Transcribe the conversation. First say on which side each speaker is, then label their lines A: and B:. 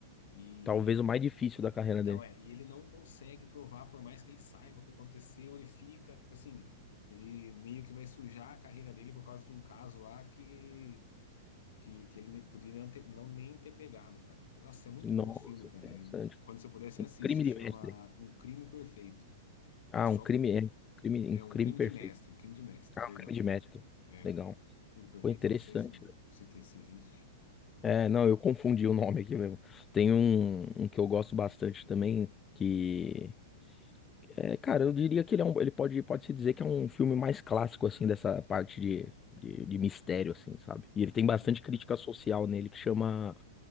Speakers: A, on the left; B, on the left.
A: E
B: Talvez o mais difícil da carreira
A: então
B: dele.
A: é, e ele não consegue provar, por mais que ele saiba o que aconteceu, ele fica, tipo assim, ele meio que vai sujar a carreira dele por causa de um caso lá que que, que ele nem- podia não, ter, não nem ter pegado, cara. Nossa, é muito
B: Nossa,
A: bom esse filme,
B: interessante.
A: cara. E quando você puder, você assiste,
B: Crime
A: chama
B: de mestre.
A: Um Crime Perfeito.
B: Ah,
A: É só
B: um crime, é. Crime,
A: é
B: um
A: um
B: crime
A: crime
B: perfeito.
A: de mestre, um crime de mestre,
B: Ah,
A: perdão.
B: um crime de mestre.
A: É,
B: Legal.
A: Crime perfeito?
B: Foi interessante.
A: Não sei se, se, tem- se existe.
B: É, não, eu confundi o nome aqui mesmo. Tem um, um que eu gosto bastante também, que é, cara, eu diria que ele é um, ele pode, pode se dizer que é um filme mais clássico assim dessa parte de, de, de mistério assim, sabe? E ele tem
A: Uhum.
B: bastante crítica social nele que chama